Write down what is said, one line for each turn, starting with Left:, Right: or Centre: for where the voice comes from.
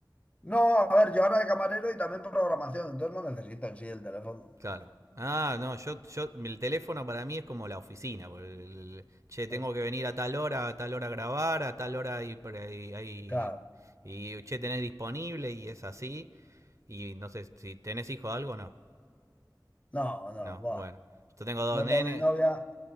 Left: No, a ver, yo ahora de camarero y también programación, entonces no necesito en sí el teléfono.
Right: Claro.
Left: Sí.
Right: Ah, no, yo, yo, el teléfono para mí es como la oficina. por el- che, tengo
Left: eh,
Right: que venir a tal hora, a tal hora a grabar, a tal hora y, por ahí- ahí-
Left: Claro,
Right: y che, tenés disponible y es así. Y no sé si tenés hijo o algo, no.
Left: no, no,
Right: No,
Left: buah,
Right: bueno. Yo tengo dos
Left: no
Right: nenes.
Left: tengo ni novia.